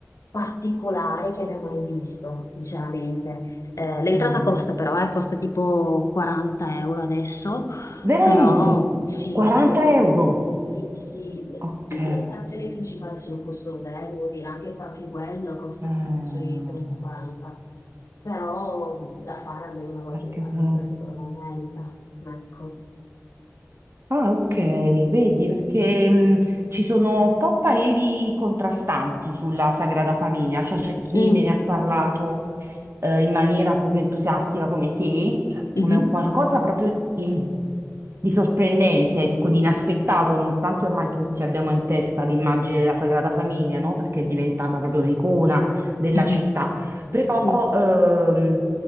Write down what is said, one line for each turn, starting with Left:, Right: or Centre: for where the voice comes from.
Left: particolare che abbia mai visto, sinceramente. Eh, l'entrata
Right: Eh,
Left: costa però, eh, costa tipo 40 euro adesso
Right: veramente?
Left: però sì,
Right: 40
Left: sì,
Right: euro?
Left: sì, sì,
Right: Ok.
Left: tutte le attrazioni principali sono costose, eh, devo dire, anche il Panche costa
Right: Ah,
Left: sempre sui 30-40, però da fare almeno una volta
Right: perché...
Left: nella vita,
Right: non-
Left: secondo me, merita. Ecco,
Right: Ah, ok, vedi, perché
Left: sì.
Right: mh, ci sono un po' pareri contrastanti sulla Sagrada Famiglia, cioè c'è chi
Left: Mm,
Right: me ne ha parlato eh, in maniera proprio entusiastica come te, cioè
Left: mhm,
Right: come un qualcosa proprio di, di sorprendente, ecco, di inaspettato, nonostante ormai tutti abbiamo in testa l'immagine della Sagrada Famiglia, no? Perché è diventata proprio un'icona della
Left: mhm.
Right: città. Però
Left: Sì.
Right: ehm,